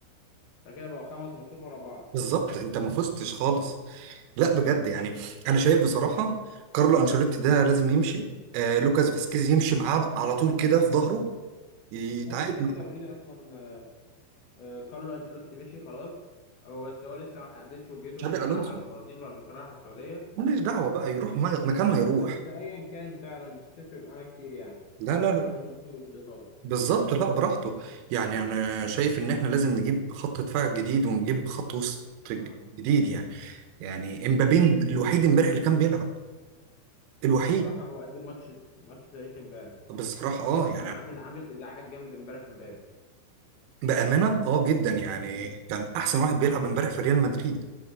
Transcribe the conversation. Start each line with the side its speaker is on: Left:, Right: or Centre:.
Left: فكده بقوا خمس ماتشات ورا بعض
Right: بالظبط انت ما فزتش خالص لا بجد يعني انا شايف بصراحة كارلو انشيلوتي ده لازم يمشي آه لوكاس فاسكيز يمشي معاه على طول كده في ظهره يتعاقد
Left: هو كده
Right: مع
Left: كده اوريدي اصلا آه، كارلو انشيلوتي مشي خلاص هو بس هو لسه ما حددش وجهته
Right: تشابي
Left: ان كان
Right: الونسو
Left: رايح على البرازيل ولا ان كان رايح على السعوديه
Right: مالناش دعوة بقى يروح ما- مكان ما يروح
Left: بس ايا كان فعلا مش هتفرق معانا كتير يعني ان
Right: لا
Left: شاء
Right: لا
Left: الله
Right: لا
Left: يروح المنتخب الايطالي
Right: بالظبط لا براحته يعني انا شايف ان احنا لازم نجيب خط دفاع جديد ونجيب خط وسط ج-
Left: اه
Right: جديد يعني يعني امبابي الوحيد امبارح اللي كان بيلعب الوحيد
Left: بصراحه هو قدم ماتش ماتش تاريخي امبارح
Right: بصراحة اه يعني
Left: كان عامل عامل ازعاج جامد امبارح امبابي
Right: بأمانة اه جدا يعني
Left: مم.
Right: كان احسن واحد بيلعب امبارح في ريال مدريد